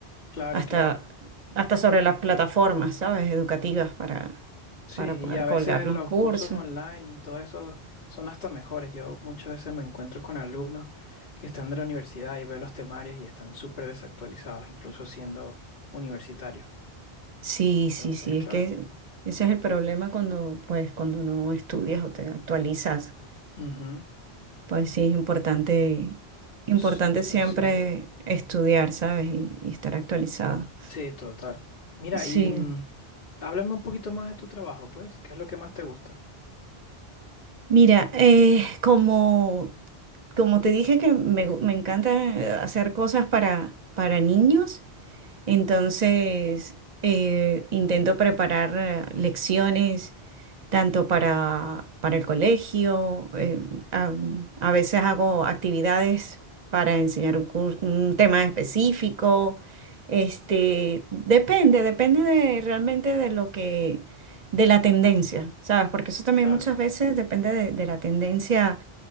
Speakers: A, on the left (about 60°); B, on the right (about 45°).
A: claro,
B: Hasta,
A: claro.
B: hasta sobre las plataformas, ¿sabes? Educativas para,
A: Sí,
B: para
A: y
B: poder
A: a
B: colgar
A: veces
B: los
A: los
B: cursos.
A: cursos online y todo eso son hasta mejores. Yo muchas veces me encuentro con alumnos que están de la universidad y veo los temarios y están súper desactualizados, incluso siendo universitarios.
B: Sí, sí,
A: Entonces,
B: sí,
A: claro.
B: es que ese es el problema cuando, pues, cuando no estudias o te actualizas.
A: Ujú.
B: Pues sí, es importante, importante
A: Ts-
B: siempre
A: Pues sí.
B: estudiar, ¿sabes? Y, y estar actualizado.
A: Sí, total. Mira,
B: Sí,
A: y mm, háblame un poquito más de tu trabajo, pues. ¿Qué es lo que más te gusta?
B: Mira, eh, como, como te dije que me, gu- me encanta eh, hacer cosas para, para niños, entonces eh, intento preparar eh, lecciones tanto para, para el colegio, eh, a, a veces hago actividades para enseñar un, cur- un tema específico. Este, depende, depende de, realmente de lo que, de la tendencia, ¿sabes? Porque eso también
A: Claro.
B: muchas veces depende de, de la tendencia